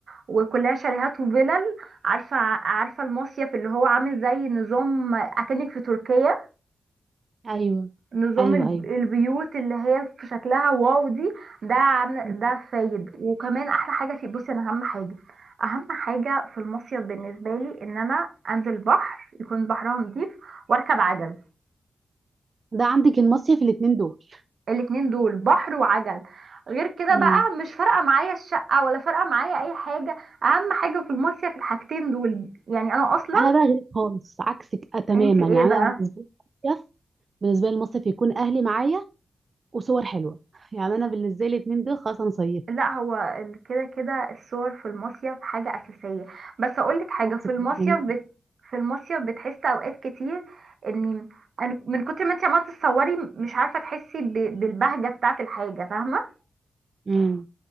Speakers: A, on the right (about 75°); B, on the right (about 50°).
A: وكلها شاليهات وفلل عارفه عارفه المصيف اللي هو عامل زي نظام اكنك في تركيا
B: ايوه
A: نظام
B: ايوه
A: الب-
B: ايوه
A: البيوت اللي هي في شكلها واو دي ده عن
B: مم.
A: ده فايد وكمان احلى حاجه في بصي انا اهم حاجه اهم حاجه في المصيف بالنسبه لي ان انا انزل بحر يكون بحرها نضيف واركب عجل
B: ده عندك المصيف الاتنين دول
A: الاتنين دول بحر وعجل غير كده
B: مم.
A: بقى مش فارقه معايا الشقه ولا فارقه معايا اي حاجه اهم حاجه في المصيف الحاجتين دول يعني انا اصلا
B: انا بقى غيرك خالص عكسك آه تماما
A: انت ايه
B: يعني
A: بقى
B: انا بالنسبه لي المصيف بالنسبه لي المصيف يكون اهلي معايا وصور حلوه <laughs> يعني انا بالنسبه لي الاتنين دول خلاص انا صيفت
A: لا هو ال- كده كده الصور في المصيف حاجة أساسية بس أقولك حاجة
B: اه
A: في
B: ذكريات
A: المصيف
B: جميله
A: بت... في المصيف بتحس أوقات كتير إن أنا من كتر ما انت عمالة تتصوري مش عارفة تحسي ب... بالبهجة بتاعة الحاجة فاهمة
B: امم